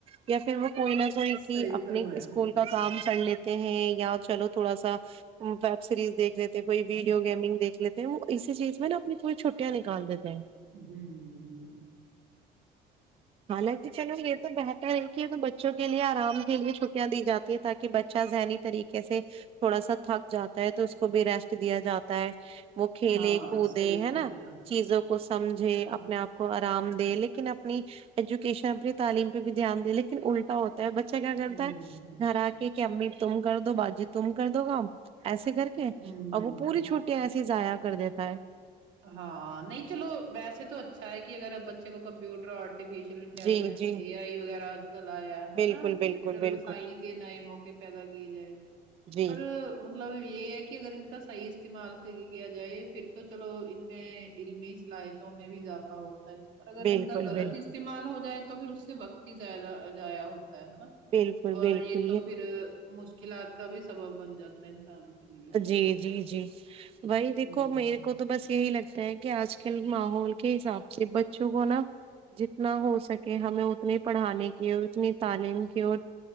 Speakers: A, on the right; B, on the right.
A: یا پھر وہ کوئی نہ کیونکہ
B: صحیح
A: اپنے
B: فرمایا
A: اسکول
B: آپ نے
A: کا کام کر لیتے ہیں یا چلو تھوڑا سا ویب سیریز دیکھ لیتے ہیں کوئی ویڈیو گیمنگ دیکھ لیتے ہیں وہ اسی چیز میں نا اپنی پوری چھٹیاں نکال دیتے ہیں
B: ہوں
A: حالانکہ چلو یہ تو بہتر ہے کہ تو بچوں کے لیے آرام کے لیے چھٹیاں دی جاتی ہیں تاکہ بچہ ذہنی طری کیسے تھوڑا سا تھک جاتا ہے تو اس کو بھی ریسٹ دیا جاتا ہے وہ کھیلے
B: ہاں
A: کودے
B: صحیح
A: ہے
B: فرمایا
A: نا
B: آپ
A: چیزوں
B: نے
A: کو سمجھے
B: ہوں
A: اپنے آپ کو آرام دے لیکن اپنی ایجوکیشن اپنی تعلیم پہ بھی دھیان دے لیکن الٹا ہوت بچہ کیا کرتا
B: ہوں
A: ہے گھر آ کے کہ امی تم کر دو باجی تم کر دو کام ایسے کر کے
B: ہوں
A: اب
B: ہوں
A: وہ پوری چھٹیاں ایسی ہی ضائع کر دیتا ہے
B: ہاں نہیں چلو ویسے تو اچھا ہے کہ اگر اب بچے کو کمپیوٹر آرٹیفش انلیجنس
A: جی جی
B: اے آ وغیرہ اج کل آیا ہینہ
A: بالکل بالکل
B: ڈیجیٹل
A: بالکل
B: وسائل کہ نئے موقعے پیدا کیے جائے
A: جی
B: پر مطلب یہ ہے کہ اگر ان کا صحیح استعمال کیا جائے پھر تو چلو ان میں علمی صلاحیتوں میں بھی اضافہ ہوتا ہے اور اگر
A: بالکل
B: ان کا غلط
A: بالکل
B: استعمال ہو جائے تو پھر اس سے وقت زیادہ ضائع ہوتا ہے ہے نا
A: بالکل
B: اور
A: بالکل
B: یہ تو پھر مشکلات کا بھی سبب بن جاتا انسان کے لیے
A: جی جی جی وہی دیکھو
B: ہوں
A: میرے کو تو بس یہی لگتا ہے کہ کہ آج کل ماحول کے حساب سے بچوں کو نا جتنا ہو سکے ہمیں اتنی پڑھانے کی اور اتنی تعلیم کی اور